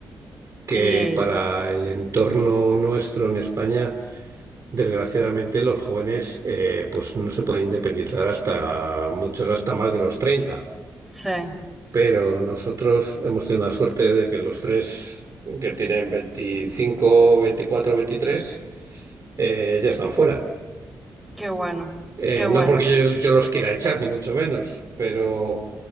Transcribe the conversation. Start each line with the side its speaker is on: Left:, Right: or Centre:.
Right: Que
Centre: Y
Right: para el entorno nuestro en España Desgraciadamente los jóvenes eh, pues no se pueden independizar hasta muchos hasta más de los 30.
Centre: sí.
Right: pero nosotros hemos tenido la suerte de que los tres que tienen 25, 24, veintitrés eh, ya están fuera.
Centre: Qué bueno,
Right: Eh,
Centre: qué bueno,
Right: no porque yo, yo los quiera echar, ni mucho menos, pero